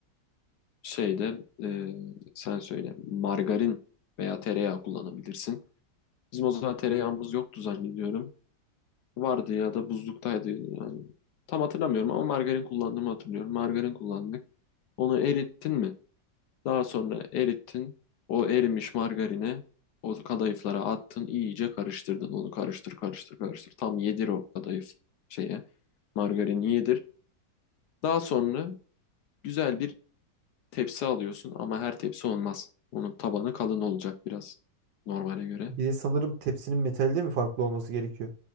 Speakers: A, on the left (about 70°); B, on the right (about 80°).
A: şeyde e, sen söyle margarin veya tereyağı kullanabilirsin. Bizim o zaman tereyağımız yoktu zannediyorum. vardı ya da buzluktaydı yani. Tam hatırlamıyorum ama margarin kullandığımı hatırlıyorum. Margarin kullandık. Onu erittin mi? Daha sonra erittin. O erimiş margarini o kadayıflara attın. iyice karıştırdın. Onu karıştır karıştır karıştır. Tam yedir o kadayıf şeye. Margarini yedir. Daha sonra güzel bir tepsi alıyorsun ama her tepsi olmaz. Onun tabanı kalın olacak biraz normale göre.
B: bir de sanırım tepsinin metalde mi farklı olması gerekiyor?